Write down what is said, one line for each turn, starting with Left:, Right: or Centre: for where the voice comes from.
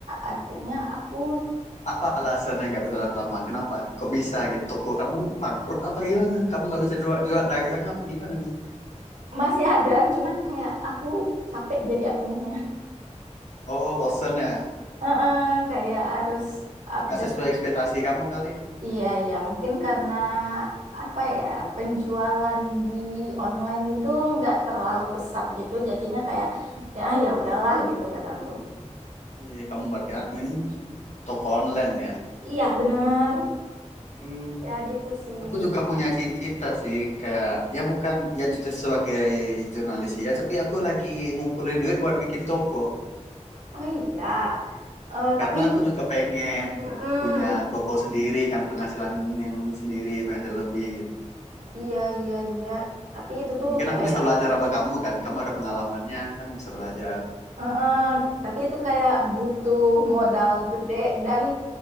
Right: akhirnya aku
Left: Apa alasannya nggak bertahan lama? Kenapa? Kok bisa gitu? Toko kamu bangkrut apa gimana? Kamu nggak bisa jual, jual dagang apa gimana nih?
Right: Masih ada, cuman kayak aku capek jadi adminnya.
Left: Oh bosen ya?
Right: Heeh, kayak harus update.
Left: Gak sesuai ekspektasi kamu kali.
Right: Iya, iya, mungkin karena apa ya, penjualan di online itu nggak terlalu pesat gitu, jadinya kayak ya ya udahlah gitu kata aku.
Left: Oh. Iya, kamu berarti admin toko online ya.
Right: Iya, bener.
Left: Hmm,
Right: Ya gitu sih.
Left: aku juga punya cita-cita sih, kayak ya bukan ya juga sebagai jurnalis ya, tapi aku lagi ngumpulin duit buat bikin toko
Right: Oh iya. Eh
Left: karena
Right: tapi
Left: aku juga pengen
Right: mm
Left: punya toko sendiri kan penghasilan yang sendiri penghasilan lebih gitu.
Right: Iya, iya, iya. Tapi itu tuh
Left: Mungkin
Right: kayak,
Left: aku bisa belajar sama kamu kan, kamu ada pengalamannya kan bisa belajar.
Right: eh, eh, tapi itu kayak butuh modal gede dan